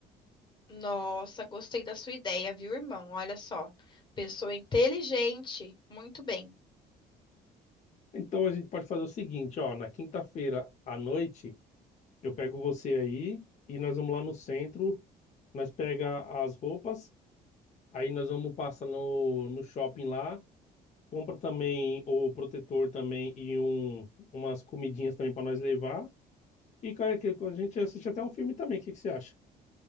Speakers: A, on the left; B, on the left.
A: Nossa, gostei da sua ideia, viu, irmão? Olha só. Pessoa inteligente. Muito bem.
B: Então a gente pode fazer o seguinte, ó, na quinta-feira à noite. Eu pego você aí e nós vamos lá no centro. Nós pega as roupas, aí nós vamos passar no, no shopping lá. Compra também o protetor também e um, umas comidinhas também para nós levar. E cara, que a gente assiste até um filme também. O que que você acha?